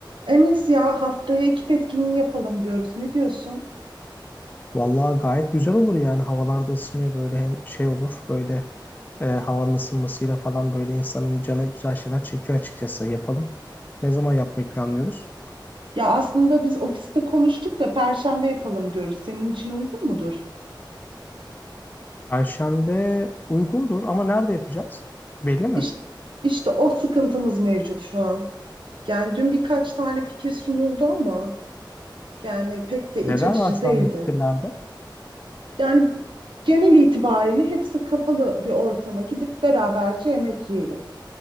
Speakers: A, on the right (about 85°); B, on the left (about 20°).
A: Enes ya haftaya ekip etkinliği yapalım diyoruz. Ne diyorsun?
B: Vallahi gayet güzel olur yani havalarda ısınıyor böyle hem şey olur böyle e, havanın ısınmasıyla falan böyle insanın canı güzel şeyler çekiyor açıkçası yapalım. Ne zaman yapmayı planlıyoruz?
A: Ya aslında biz ofiste konuştuk da Perşembe yapalım diyoruz. Senin için uygun mudur?
B: Perşembe uygundur ama nerede yapacağız? Belli mi?
A: İşte, işte o sıkıntımız mevcut şu an. Yani dün birkaç tane fikir sunuldu ama yani pek de
B: Neler
A: iç açıcı
B: var şu
A: değildi.
B: anda fikirlerde?
A: Yani genel itibariyle hepsi kapalı bir ortama gidip beraberce yemek yiyelim.